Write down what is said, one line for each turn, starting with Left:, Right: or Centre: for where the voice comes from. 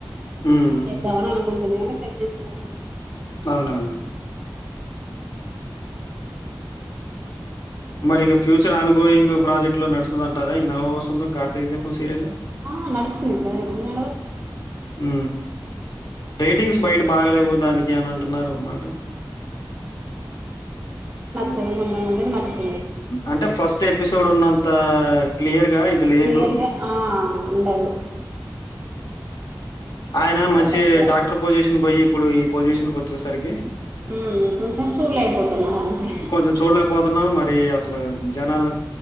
Left: హ్మ్.
Right: చేద్దామ అని అనుకుంటుంది కానీ ప్రెగ్న్సీ పోతుంది
Left: అవునా మరి ఇక ఫ్యూచర్ ఆన్ గోయింగ్ ప్రాజెక్ట్ లో నడుస్తుంది అంటారా ఈ నవ వసంంద కార్తీ దీపం సీరియల్
Right: ఆ నడుస్తన సార్ ఇ
Left: ఉ రేటింగ్స్ బయట బాగలేవు దానికి అని అంటున్నారు ఒక మాట
Right: స గంద మందగాకుచ్చంది
Left: అంటే ఫస్ట్ ఎపిసోడ్ ఉన్నంత క్లియర్గా ఇది లేదు
Right: క్లియర్గా ఆ ఉండదు వల్లనే
Left: ఆయన
Right: చెప్పట్లే
Left: మంచి
Right: ఇప్పుడు వర్షాలు
Left: డాక్టర్ పొజిషన్ పోయి ఇప్పుడు ఈ పొజిషన్ కు వచ్చేసరికి
Right: ఉ కొంచెం చూడలేకపోతున్నారు అంతే
Left: కొంచెం చూడలేకపోతున్నాం. మరి అసలు జనాల